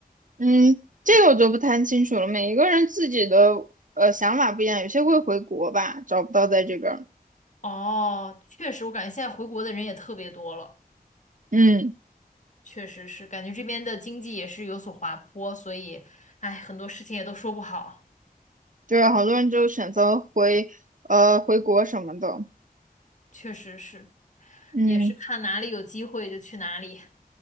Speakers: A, on the right; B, on the left.
A: 嗯，这个我就不太清楚了。每一个人自己的呃想法不一样，有些会回国吧，找不到在这边儿。
B: 哦，确实，我感觉现在回国的人也特别多了，
A: 嗯，
B: 确实是，感觉这边的经济也是有所滑坡，所以，哎，很多事情也都说不好，
A: 对，好多人就选择回呃回国什么的。
B: 确实是，
A: 嗯，
B: 也是看哪里有机会就去哪里，